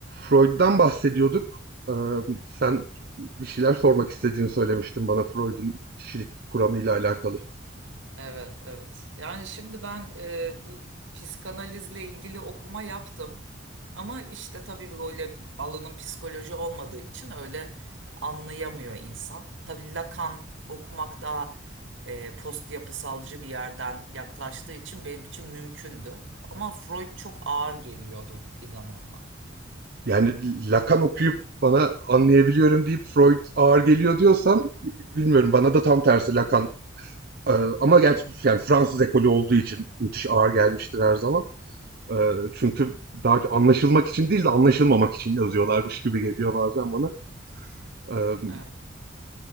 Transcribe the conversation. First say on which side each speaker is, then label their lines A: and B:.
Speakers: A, on the right; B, on the right.
A: Freud'dan bahsediyorduk. Ee, sen bir şeyler sormak istediğini söylemiştin bana Freud'un kişilik kuramıyla alakalı.
B: Evet, evet. Yani şimdi ben e, bu psikanalizle ilgili okuma yaptım. Ama işte tabii böyle alanın psikoloji olmadığı için öyle anlayamıyor insan. Tabii Lacan okumak daha e, post yapısalcı bir yerden yaklaştığı için benim için mümkündü. Ama Freud çok ağır geliyordu bir zamanlar.
A: Yani Lacan okuyup bana anlayabiliyorum deyip Freud ağır geliyor diyorsan bilmiyorum bana da tam tersi Lacan Ee, ama gerçek yani Fransız ekolü olduğu için müthiş ağır gelmiştir her zaman. Ee, çünkü daha anlaşılmak için değil de anlaşılmamak için yazıyorlarmış gibi geliyor bazen bana. Ee,
B: Evet.